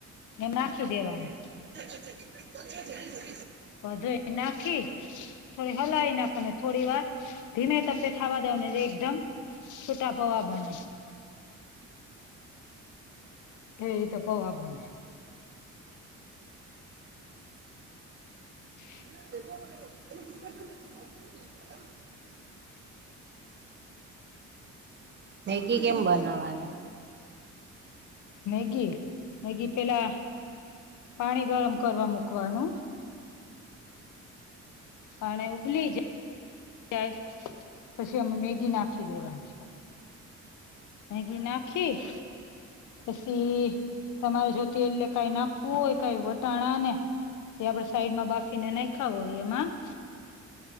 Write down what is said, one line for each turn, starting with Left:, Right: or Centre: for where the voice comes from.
Left: એમ નાખી દેવાનુ.
Right: <unintelligible>
Left: વધધુ એ નાખી. થોડી હલાવી નાખવા થોડી વાર ધીમે તપે થાવા દવા ને એકદમ. ખતાા પવા બન. એ તો પોવા બોને. હમ.
Right: <unintelligible> મેગી કેમ બનાવાની.
Left: મેગી મેગી પેલા. પાણી ગરમ કરવા મૂકવાનું. અને ઉબલી જ. ત પછી અમે મેગી નાખી દેવાની છે. મગી નાખી. પછી તમારે જો તે એલે કઈ નાખવું હોય કઈ વટાણા ને તે આપડણે સાઈડમાં બાફીને ના ખાવો હો એમાં